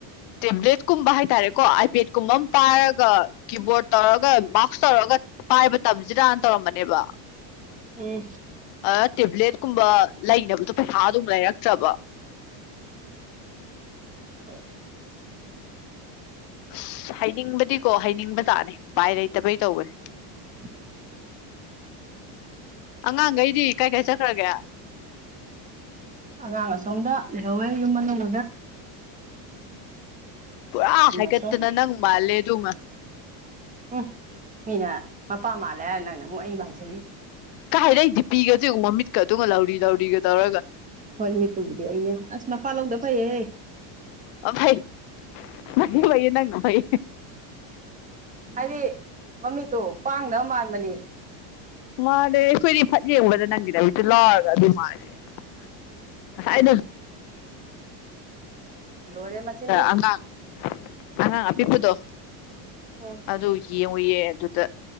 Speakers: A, on the left; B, on the right.
A: ꯇꯦꯕ꯭ꯂꯦꯠꯀꯨꯝꯕ ꯍꯥꯏꯇꯥꯔꯦꯀꯣ ꯑꯥꯏꯄꯦꯗꯀꯨꯝꯕ ꯑꯃ ꯄꯥꯏꯔꯒ ꯀꯤꯕꯣꯔꯠ ꯇꯧꯔꯒ ꯃꯥꯛꯁ ꯇꯧꯔꯒ ꯄꯥꯏꯕ ꯇꯝꯁꯤꯔꯅ ꯇꯧꯔꯝꯕꯅꯦꯕ
B: ꯎꯝ
A: ꯑꯗꯨ ꯇꯦꯕ꯭ꯂꯦꯠꯀꯨꯝꯕ ꯂꯩꯅꯕꯗꯣ ꯄꯩꯁꯥ ꯑꯗꯨꯝ ꯂꯩꯔꯛꯇ꯭ꯔꯕ
B: ꯍꯣꯏ
A: ꯑꯁ ꯍꯩꯅꯤꯡꯕꯗꯤꯀꯣ ꯍꯩꯅꯤꯡꯕꯖꯥꯠꯅꯤ ꯎꯄꯥꯏ ꯂꯩꯇꯕꯩ ꯇꯧꯕꯅꯤ
B: <inaudible>
A: ꯑꯉꯥꯡꯈꯩꯗꯤ ꯀꯥꯏ ꯀꯥꯏ ꯆꯠꯈ꯭ꯔꯒꯦ
B: ꯑꯉꯥꯡ ꯑꯁꯣꯝꯗ ꯂꯩꯍꯧꯋꯦ ꯌꯨꯝ ꯃꯅꯨꯡ
A: ꯄꯨꯔꯥ ꯍꯥꯏꯒꯠꯇꯅ
B: ꯁꯣꯝ
A: ꯅꯪ ꯃꯥꯜꯂꯦ ꯑꯗꯨꯃꯥ
B: ꯎꯝ ꯃꯤꯅ ꯃꯄꯥ ꯃꯥꯜꯂꯦ ꯍꯥꯏꯔ ꯅꯪꯅ ꯑꯃꯨꯛ ꯑꯩ ꯃꯥꯟꯁꯤ
A: ꯀꯥꯏꯗꯩꯩ ꯗꯤ ꯄꯤꯒꯖꯤ ꯌꯦꯡꯉꯨ ꯃꯃꯤꯠꯀ ꯑꯗꯨꯒ ꯂꯧꯔꯤ ꯂꯧꯔꯤꯒ ꯇꯧꯔꯒ
B: ꯍꯣꯏ ꯃꯤꯠꯇꯨꯕꯨꯗꯤ ꯑꯩꯅ ꯑꯁ ꯃꯄꯥ ꯂꯧꯗ ꯐꯩꯏꯍꯦ
A: ꯑꯣ ꯐꯩ <unintelligible> ꯐꯩ
B: ꯍꯥꯏꯗꯤ ꯃꯃꯤꯠꯇꯣ ꯄꯥꯡꯗꯕ ꯃꯥꯟꯕꯅꯤ
A: ꯃꯥꯂꯦ ꯑꯩꯈꯣꯏꯗꯤ ꯐꯠ ꯌꯦꯡꯕꯗ ꯅꯪꯒꯤ ꯅꯃꯤꯠꯇꯨ ꯂꯥꯎꯔꯒ ꯑꯗꯨ ꯃꯥꯜꯂꯦ <unintelligible> <unintelligible>
B: ꯂꯣꯏꯔꯦ ꯃꯆꯤꯟꯗꯤ
A: ꯑꯉꯥꯡ ꯑꯉꯥꯡ ꯑꯄꯤꯛꯄꯗꯣ
B: ꯎꯝ
A: ꯑꯗꯨ ꯌꯦ ꯃꯏꯌꯦ ꯑꯗꯨꯗ